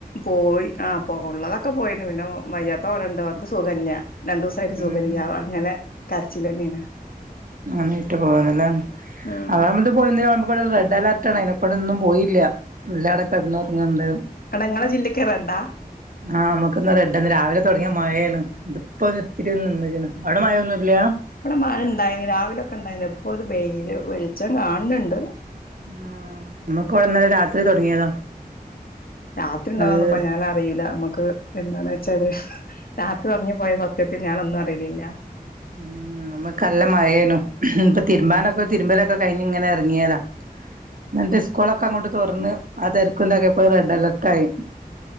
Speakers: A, on the left; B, on the right.
A: പോയി ആ ഉള്ളതൊക്കെ പോയിണ്ട് പിന്നെ വയ്യാത്തോര ഉണ്ട് അവർക്ക് സുഖയില്ല രണ്ട ദിവസ ആയിട്ട്
B: ഉം
A: സുഖമില്ല അങ്ങനെ കരച്ചില തന്നെയാണ്
B: അങ്ങനട്ട് പോവന്നല്ലേ
A: ഉം
B: അവിടെ നമ്മ പോയി <unintelligible> അ അലാർട്ടാണ് അതിനെക്കൂടെൊന്നും പോയില്ല എല്ലട കിടന്നുറങ്ങണ്ട്
A: അവിടെ ഇങ്ങളെ ജില്ലക്ക് റെഡാ
B: ആ നമുക്ക്ന്നാ എട്ടന്ന് <unintelligible> രാവിലെ തുടങ്ങിയ മഴയാണ് ഇതിപ്പോ ഒ ഇത്തിരി ഒ നിന്നക്കാണ് അവിടെ മഴയൊന്നുമല്ല
A: ഇവിടെ മഴ ഉണ്ടായിന് രാവിലെക്കെ ഇണ്ടായിന്ന ഇപ്പൊ ഒരു വെയില് വെളിച്ചം കാണണണ്ട്
B: ആ നമ്മക്ക് ഇവിടെന്നല്ല രാത്രി തുടങ്ങിയതാ
A: രാത്രി ഉണ്ടാവന്നപ്പ
B: നല്ല
A: ഞാൻറിയില്ല നമ്മക്ക് എന്താന്ന് വെച്ചാല് രാത്രി ഉറങ്ങിപോയ സത്യത്തിൽ ഞാനൊന്നും അറിയില്ല-
B: ഉ നമ്മ നല്ല മഴേനു ഇപ്പൊ തിരുമ്പാനൊക്കെ തിരുമ്പലൊക്കെ കഴിഞ്ഞ് ഇങ്ങനെ ഇറങ്ങിയതാ എന്താ സ്കൂൾ ഒക്കെ അങ്ങോട്ട്‌ തുറന്ന് അതരിക്കണ്ടൊക്കെ ഇപ്പോ റെഡ് അലർട്ട ആയി